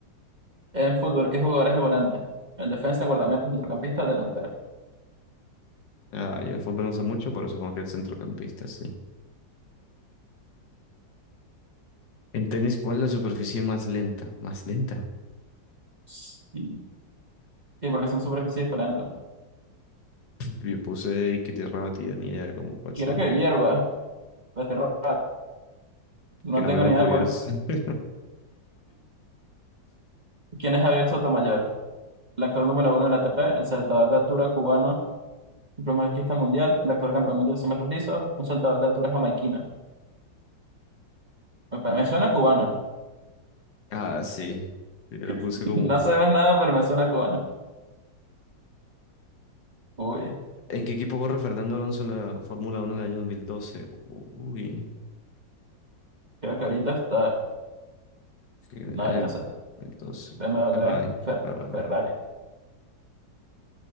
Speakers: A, on the right (about 25°); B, on the left (about 75°).
A: En fútbol, ¿qué jugador es el volante? El defensa, guardameta, centrocampista, delantero.
B: Ah, yo de fútbol no sé mucho, pero supongo que el centrocampista, sí. En tenis, ¿cuál es la superficie más lenta? Más lenta.
A: Sí, sí, porque son superficies diferentes.
B: <laughs> Yo puse y que tierra batida, ni idea como cuál
A: Quiero
B: sea.
A: que hierva la tierra No
B: Qué nombre
A: tengo
B: tan
A: ni idea
B: curioso.
A: cuál es.
B: <laughs>
A: ¿Quién es Javier Sotomayor? El actor número uno de la A T P. el saltador de altura cubano, el primer arquista mundial, el actor campeón mundial de 100 metros lisos, un saltador de altura jamaiquino. Me, pa- me suena cubano.
B: Ah, sí. Yo lo puse
A: <laughs>
B: como.
A: No sé más nada, pero me suena cubano. Uy,
B: ¿En qué equipo corre Fernando Alonso en la Fórmula Uno del año 2012? Uy,
A: creo que ahorita está...
B: que-
A: No,
B: en el
A: yo no
B: 2012.
A: sé. BMW,
B: Ferrari,
A: Fer-
B: Ferrari,
A: Ferrari.